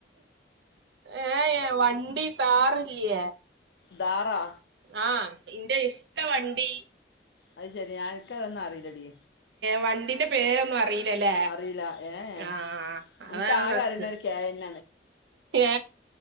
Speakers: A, on the right; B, on the left.
A: ഏ വണ്ടി താറില്ല
B: താറേ
A: ആ ഇന്റെ ഇഷ്ട വണ്ടി
B: അത് ശെരി അനക്ക്തൊന്നും അറിയില്ലടി
A: വണ്ടി ന് പേരൊന്നും അറിയില്ലല്ലേ
B: അറിയില്ല ഏ ഏ.
A: ആഹ അതാണ്
B: എനിക്ക് ആകെ
A: പ്രശ്നം
B: അറിയുന്ന ഒരു കെ എൻ
A: ഏ